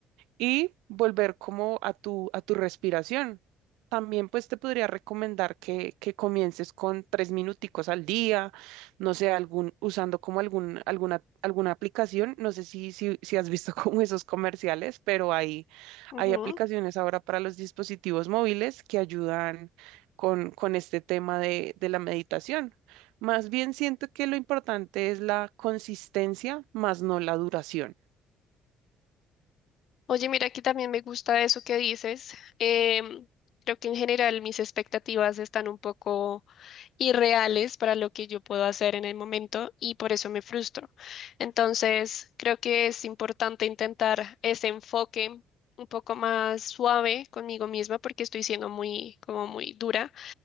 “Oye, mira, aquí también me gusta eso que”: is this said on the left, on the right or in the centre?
Left